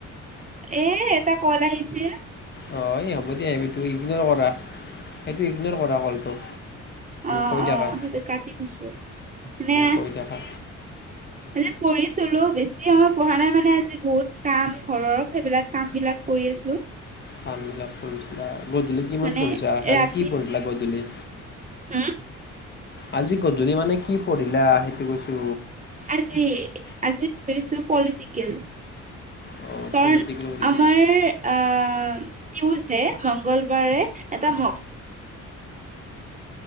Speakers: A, on the right; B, on the left.
A: এ এটা কল আহিছে
B: অ এই হ'ব দিয়া এই এইটো ইগনৰ কৰা সেইটো ইগনৰ কৰা কলটো
A: অহ
B: কৈ থাকা
A: অহ সেটো কতি দিছোঁ মানে
B: কৈ থাকা
A: মানে পঢ়িছিলো বেছি সময় পঢ়া নাই মানে আজি বহুত কাম ঘৰৰ সেইবিলাক কাম বিলাক কৰি আছো
B: কামবিলাক কৰিছিলা গধূলি কিমান
A: মানে
B: পঢ়িছা আজি
A: ৰাতি
B: কি পঢ়িলা গধূলি
A: হম
B: আজি গধূলি মানে কি পঢ়িলা সেইটো কৈছো
A: আজি আজি পঢ়িছো পলিটিকেল
B: অঁ
A: কাৰণ
B: পলিটিকেল পঢ়িছিলোঁ
A: আমাৰ আ টিওজডে মঙ্গলবাৰে এটা মগ